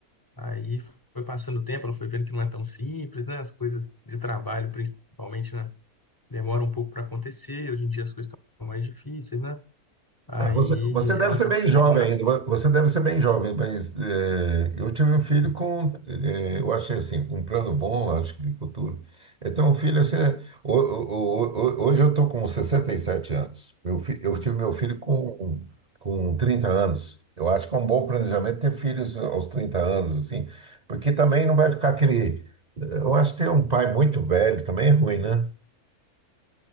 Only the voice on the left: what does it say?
Aí foi passando o tempo, ela foi vendo que não é tão simples, né? As coisas de trabalho, principalmente, né? Demoram um pouco para acontecer. Hoje em dia as coisas estão mais difíceis, né? Aí
ela
acabou
de
formar.